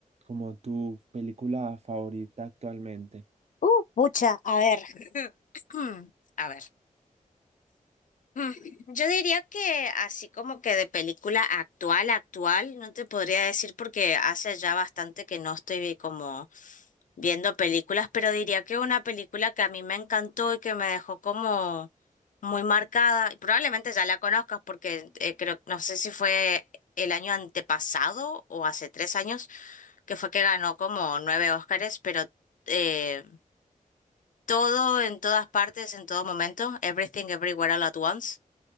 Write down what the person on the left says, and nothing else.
Uh, pucha, a ver. <clears throat> A ver. Mm, <laughs> Yo diría que así como que de película actual, actual, no te podría decir porque hace ya bastante que no estoy como viendo películas, pero diría que una película que a mí me encantó y que me dejó como muy marcada, y probablemente ya la conozcas porque eh, creo, no sé si fue el año antepasado o hace tres años, que fue que ganó como nueve Óscares, pero eh, todo en todas partes, en todo momento, Everything Everywhere All at Once.